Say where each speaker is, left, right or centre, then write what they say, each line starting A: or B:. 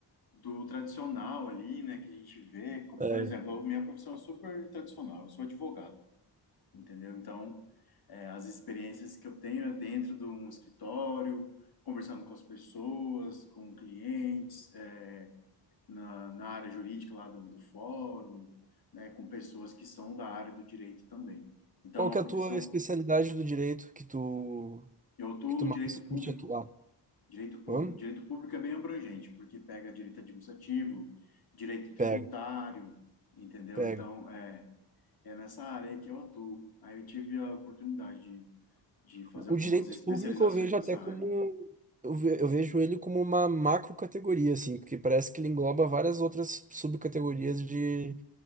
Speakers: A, on the left; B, on the right.
A: do tradicional ali, né, que a gente vê. Co-
B: É.
A: Por exemplo, a minha profissão é super tradicional, eu sou advogado, entendeu? Então, eh, as experiências que eu tenho é dentro de um escritório, conversando com as pessoas, com clientes, é, na, na área jurídica lá do, do fórum, né, com pessoas que são da área do direito também. Então,
B: Qual
A: é uma
B: que
A: profissão.
B: é a tua especialidade do direito que tu,
A: Eu estou
B: que tu
A: no
B: mais
A: direito público,
B: curte atuar?
A: direito público.
B: Hã?
A: Direito público é bem abrangente, porque pega direito administrativo, direito tributário,
B: Pega.
A: entendeu?
B: Pega.
A: Então, é, é nessa área aí que eu atuo. Aí eu tive a oportunidade de, de fazer
B: O
A: algumas
B: o direito
A: especializações
B: público eu vejo
A: nessa
B: até como.
A: área.
B: Eu ve- eu vejo ele como uma macrocategoria, assim, porque parece que ele engloba várias outras subcategorias de,